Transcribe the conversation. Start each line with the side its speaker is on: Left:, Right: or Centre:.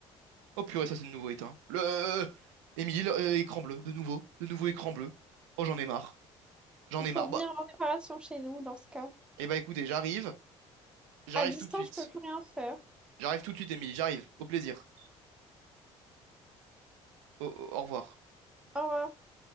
Right: Oh purée, ça c'est de nouveau éteint. Le Émile, euh, écran bleu, de nouveau, de nouveau écran bleu. Oh j'en ai marre, j'en
Centre: Il
Right: ai
Centre: faut
Right: marre.
Centre: venir
Right: Bah,
Centre: en réparation chez nous dans ce cas.
Right: eh bah écoutez, j'arrive, j'arrive
Centre: À distance,
Right: tout de suite.
Centre: je peux plus rien faire.
Right: J'arrive tout de suite, Émile, j'arrive. Au plaisir. au au- au revoir.
Centre: Au revoir.